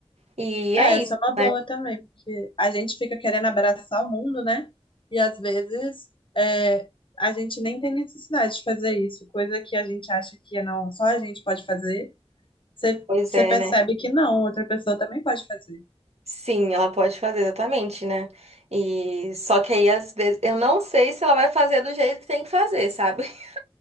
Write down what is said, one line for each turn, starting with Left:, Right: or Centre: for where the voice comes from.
Right: E
Left: É,
Right: é isso,
Left: isso é uma
Right: né?
Left: boa também, porque a gente fica querendo abraçar o mundo, né? E às vezes é, a gente nem tem necessidade de fazer isso, coisa que a gente acha que não, só a gente pode fazer, você
Right: Pois
Left: você
Right: é,
Left: percebe
Right: né?
Left: que não, outra pessoa também pode fazer.
Right: Sim, ela pode fazer exatamente, né? E só que aí às vezes eu não sei se ela vai fazer do jeito que tem que fazer, sabe? <laughs>